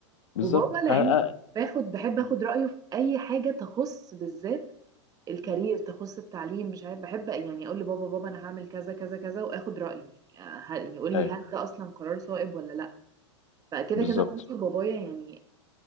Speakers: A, on the left; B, on the right.
A: بالظبط
B: وبابا لاني
A: أنا- أنا-
B: باخد بحب
A: مم.
B: اخد رايه في اي حاجه تخص بالذات الكارير
A: مم.
B: تخص التعليم مش عارف بحب يعني اقول لبابا بابا انا هعمل كذا كذا كذا واخد رايه يعني آه، هل يقول لي
A: ايوه
B: هل ده اصلا قرار صائب ولا لا فكده
A: بالظبط
B: كده مامتي وبابايا يعني